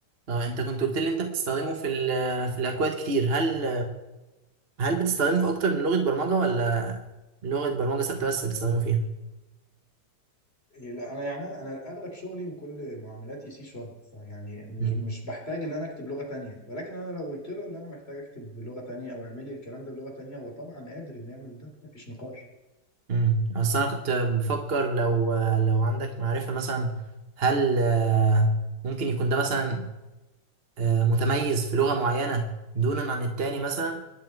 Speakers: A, on the right (about 40°); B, on the left (about 35°).
A: اه انت كنت قلت لي انت بتستخدمه في ال- في الاكواد كتير هل هل بتستخدمه في اكتر من لغه برمجه ولا لغه برمجه ثابته بس بتستخدمه فيها
B: إيه، لا، انا يعني انا اغلب شغلي وكل معاملاتي سي شارب فيعني مش
A: مم.
B: مش بحتاج ان انا اكتب لغه تانية ولكن انا لو قلت له ان انا محتاج اكتب بلغه تانية او اعمل لي الكلام ده بلغه تانية هو طبعا قادر انه يعمل ده مفيش نقاش
A: مم. اصل انا كنت بفكر لو لو عندك معرفه مثلا هل آه، ممكن يكون ده مثلا آه، متميز في لغة معينة دونا عن التاني مثلا